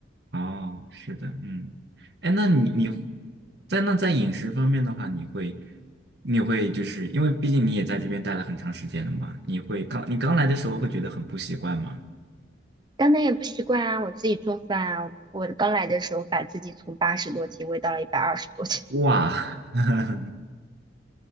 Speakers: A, on the right; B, on the right.
A: 嗯，哦，是的，嗯，哎，那你你在那在饮食方面的话，你会你会就是因为毕竟你也在这边待了很长时间了嘛，你会刚你刚来的时候会觉得很不习惯吗？
B: 当然也不习惯啊，我自己做饭啊，我刚来的时候把自己从八十多斤喂到了一百二十多斤，
A: 哇，<laughs>